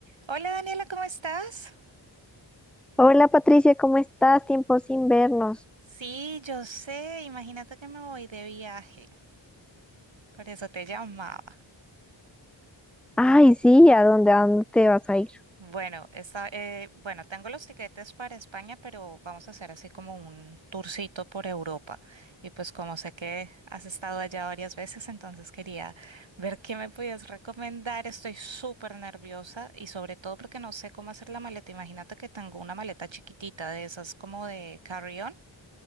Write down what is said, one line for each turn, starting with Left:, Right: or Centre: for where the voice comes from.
Right: Hola Daniela, ¿cómo estás?
Centre: Hola Patricia, ¿cómo estás? Tiempo sin vernos.
Right: Sí, yo sé, imagínate que me voy de viaje, por eso te llamaba.
Centre: Ay, sí, ¿a dónde, a dónde te vas a ir?
Right: Bueno, está, eh, bueno, tengo los tiquetes para España, pero vamos a hacer así como un tourcito por Europa. Y pues como sé que has estado allá varias veces, entonces quería ver qué me podías recomendar. Estoy súper nerviosa y sobre todo porque no sé cómo hacer la maleta. Imagínate que tengo una maleta chiquitita de esas como de carry-on.